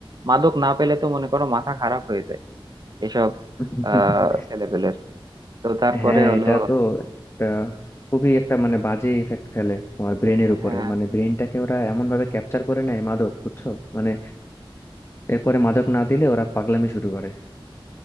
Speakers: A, on the right; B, on the left.
A: মাদক না পেলে তো মনে করো মাথা খারাপ হয়ে যায় এসব
B: <laughs>
A: আহ ছেলেপেলের তো তারপরে
B: হ্যাঁ
A: হলো
B: এটা তো একটা খুবই একটা মানে বাজে ইফেক্ট ফেলে তোমার ব্রেনের উপরে
A: হ্যাঁ
B: মানে ব্রেনটাকে ওরা এমন ভাবে ক্যাপচার করে নেয় মাদক বুঝছো মানে এরপরে মাদক না দিলে ওরা পাগলামি শুরু করে